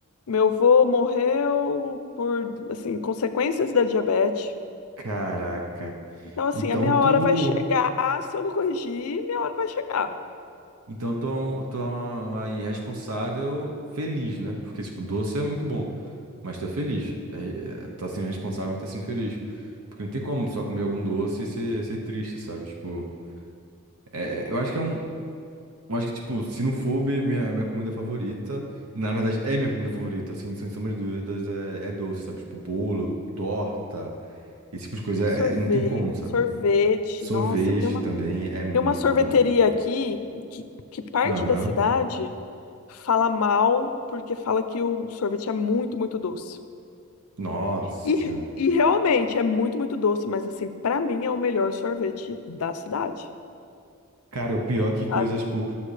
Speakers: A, on the left (about 75°); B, on the right (about 80°).
A: meu vô morreu por, assim, consequências da diabetes.
B: caraca.
A: Então, assim,
B: Então
A: a minha
B: tu,
A: hora vai chegar, se eu não corrigir, minha hora vai chegar.
B: então tu é, um- tu é uma, uma irresponsável feliz, né? Porque, tipo, doce é muito bom, mas tu é feliz. É, é, tá sendo responsável, mas tá sendo feliz. Porque não tem como só comer algum doce e ser, ser triste, sabe? Tipo, é, é, eu acho que é um, eu acho que, tipo, se não for mi- minha, minha comida favorita, na verdade é minha comida favorita, assim, sem sombra de dúvidas, é, é doce, sabe? Tipo, bolo, torta, esse tipo de coisa,
A: Sorvete,
B: é- não tem como, sabe?
A: sorvete.
B: Sorvete
A: Nossa, tem uma,
B: também é muito
A: tem uma sorveteria
B: bom.
A: aqui que, que parte
B: Aham.
A: da cidade fala mal porque fala que o sorvete é muito, muito doce.
B: Nossa
A: E,
B: senhora.
A: e realmente é muito, muito doce, mas assim, pra mim é o melhor sorvete da cidade.
B: Cara, o pior é que coisa,
A: sabe?
B: tipo,